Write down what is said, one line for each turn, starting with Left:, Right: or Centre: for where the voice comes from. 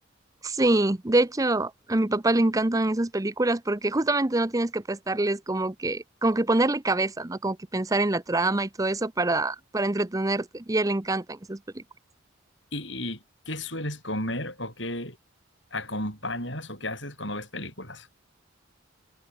Right: Sí, de hecho, a mi papá le encantan esas películas porque justamente no tienes que prestarles como que, como que ponerle cabeza, ¿no? Como que pensar en la trama y todo eso para, para entretenerte. Y a él le encantan esas películas.
Left: ¿Y qué sueles comer o qué acompañas o qué haces cuando ves películas?